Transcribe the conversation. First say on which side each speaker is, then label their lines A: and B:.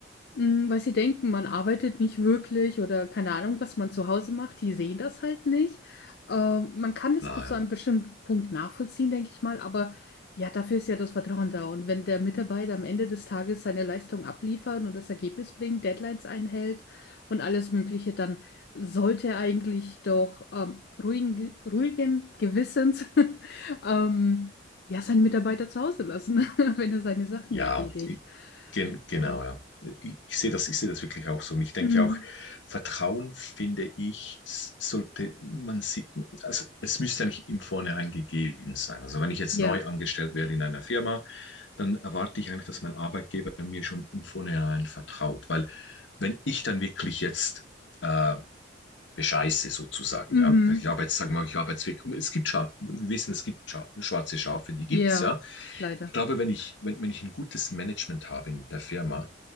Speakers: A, on the left; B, on the left.
A: Mm, Weil sie denken, man arbeitet nicht wirklich oder keine Ahnung, was man zu Hause macht. Die sehen das halt nicht. Ähm, man kann das
B: Na,
A: bis
B: ja.
A: zu einem bestimmten Punkt nachvollziehen, denke ich mal. Aber ja, dafür ist ja das Vertrauen da. Und wenn der Mitarbeiter am Ende des Tages seine Leistung abliefert und das Ergebnis bringt, Deadlines einhält und alles Mögliche, dann sollte er eigentlich doch ähm, ruhigen, ruhigen Gewissens <laughs> ähm, ja, seinen Mitarbeiter zu Hause lassen, <laughs> wenn er seine Sachen
B: Ja,
A: erledigt.
B: ich- gen genau,
A: Ähm,
B: ja. Ich, ich sehe das, ich sehe das wirklich auch so. Und ich denke
A: hm.
B: auch, Vertrauen, finde ich, s- sollte man sieht, also es müsste eigentlich im Vornherein gegeben sein. Also wenn ich jetzt
A: Ja.
B: neu angestellt werde in einer Firma, dann erwarte ich eigentlich, dass mein Arbeitgeber mir schon im Vornherein vertraut. Weil wenn ich dann wirklich jetzt äh, bescheiße sozusagen,
A: Mhm.
B: ja, ich habe jetzt, sagen wir mal, ich habe jetzt wirklich, es gibt, Scha wir wissen, es gibt Scha schwarze Schafe, die gibt's,
A: Ja.
B: ja.
A: Leider.
B: Ich glaube, wenn ich, wenn, wenn ich ein gutes Management habe in der Firma,